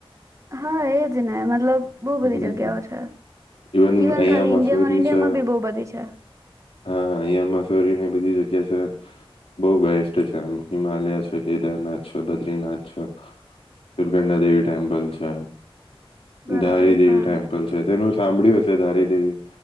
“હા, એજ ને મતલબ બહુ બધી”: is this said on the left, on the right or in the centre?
Right